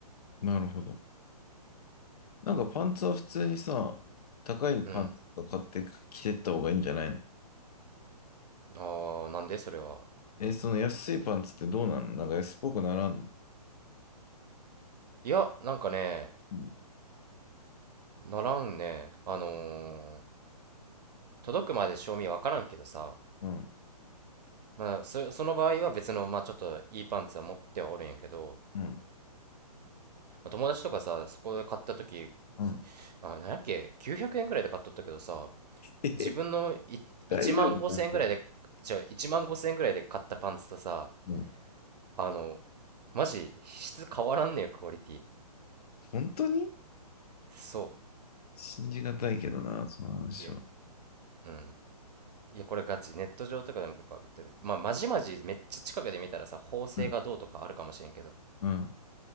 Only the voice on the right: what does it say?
うん。あー、なんでそれは。
いや、なんかね、
ならんね。あのー、届くまで賞味わからんけどさ、
まあ、そ、その場合は別の、まあちょっといいパンツは持ってはおるんやけど、
友達とかさ、そこで買った時、
あ、なんやっけ、900円ぐらいで買っとったけどさ、
自分のい1万5千円ぐらいで、
じゃあ1万5千円ぐらいで買ったパンツとさ、
あの、マジ質変わらんねよ、クオリティ。
そ
う。いや、うん。いや、これガチ。ネット上とかでも結構上がってる。まあ、まじまじめっちゃ近くで見たらさ、縫製がどうとかあるかもしれんけど。